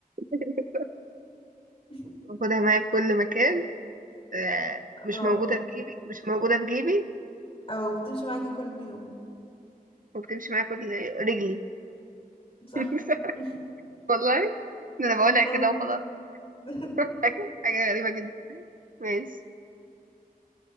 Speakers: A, on the right; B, on the left.
A: <laughs>
B: <laughs>
A: باخدها معايا في كل مكان آه، مش
B: او
A: موجودة في جيبي مش موجودة في جيبي
B: او بتمشي معاكي كل يوم
A: وبتمشي معايا كل رجلي
B: صح
A: <laughs>
B: <laughs>
A: والله ده انا بقولها كده
B: اه والله
A: وخلاص
B: <laughs>
A: <laughs> حاجة غريبة جدا ماشي